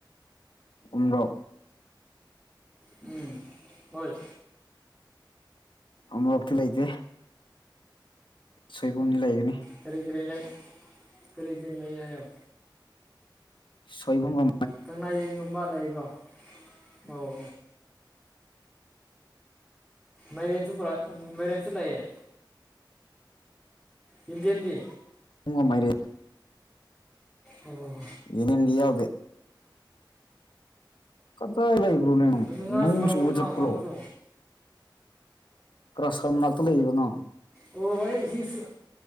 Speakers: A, on the left; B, in the centre.
A: ꯎꯗꯣ
B: ꯎꯝ ꯍꯣꯏ
A: ꯑꯃꯃꯛꯇ ꯂꯩ ꯂꯩꯇꯦ ꯁꯣꯏꯕꯨꯝꯅꯤ ꯂꯩꯒꯅꯤ
B: ꯀꯔꯒ ꯍꯥꯎ
A: ꯁꯣꯏꯕꯉ
B: ꯀꯅꯥ ꯌꯦꯡꯒꯨꯝꯕ ꯂꯩꯕ꯭ꯔꯣ ꯑꯣ ꯃꯩꯔꯦꯟꯁꯨ ꯄꯨꯣꯔꯥ ꯃꯩꯔꯦꯟꯁꯨ ꯂꯩꯌꯦ ꯍꯤꯟꯗꯤ ꯍꯤꯟꯗꯤ
A: ꯄꯨꯡꯉꯥꯏꯦ
B: ꯑꯣ
A: ꯏꯅꯤꯗꯤꯌꯥ ꯑꯣꯀꯦ ꯀꯗꯥꯏ ꯂꯩꯕ꯭ꯔꯣ ꯅꯅꯣ
B: ꯑꯗꯨ ꯉꯥꯁꯨ
A: ꯅꯣꯡ
B: ꯄꯨꯔꯛꯄ꯭ꯔꯣ
A: ꯁꯨꯕ
B: ꯉꯥ
A: ꯆꯠꯄ꯭ꯔꯣ
B: ꯑꯀꯪꯕꯁꯨ
A: ꯀ꯭ꯂ꯭ꯔꯁꯔꯝꯇ ꯂꯩꯅꯣ
B: ꯑꯣ ꯑꯩ ꯏꯁꯤꯡꯁꯨ